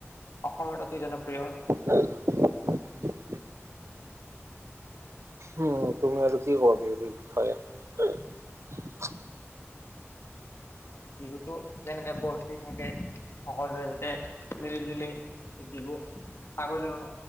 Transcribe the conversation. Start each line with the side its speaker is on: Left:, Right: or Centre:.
Left: অসমত অতি জনপ্ৰিয়।
Right: উম, উম তুমি আৰু কি কবা বিহুৰ বিষয়ে
Left: আৰু বিহুতটো যেনেকে বৰ্তি থাকে সকলোৱে যাতে মিলি জুলি বিহু আগলৈ